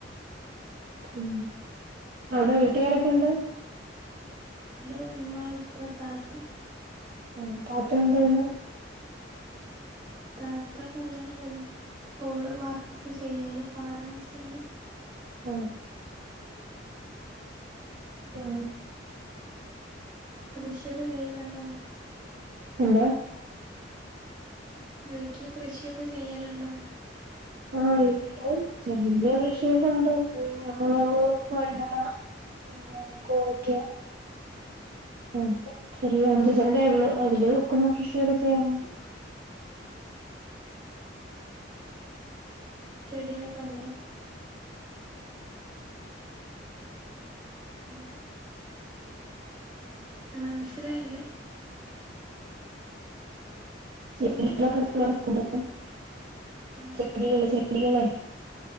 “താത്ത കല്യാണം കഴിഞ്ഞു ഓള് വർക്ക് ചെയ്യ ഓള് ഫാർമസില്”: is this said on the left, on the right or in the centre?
Right